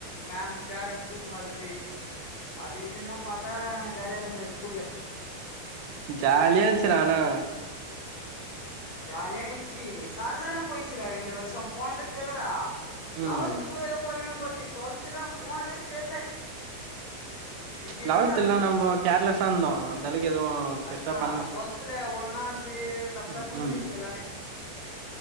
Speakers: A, on the left; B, on the right.
A: மேம் பேரண்ட் கூட்னு வரது அது இதுன்ல்லா பாத்தா ஜாலியா இருக்க முடியாது ஸ்கூல்ல
B: ஜாலியனுச்சிரானா
A: ஜாலியா இந்துச்சு சர்ன்னு போயிச்சுற ரெண்டு வருசோ போனதே தெர்லடா லெவல்த்
B: ம்
A: கூட எதோ பொருமயா போச்சு டுவெல்த் எல்லா போனதே தெர்ல இப்டி
B: லெவல்த்ல்லா
A: வந்து அப்டி முடிஞ்சுச்சு
B: நம்ம கேர்லெஸ்ஸா இருந்தோ அந்த அளவுக்கு எதுவு
A: அதுதா
B: பெருசா பண்ல
A: டுவல்தல ஒன்னாந்து தப்பு
B: ம்
A: முடிஞ்சுச்சு
B: ம்
A: எல்லாமே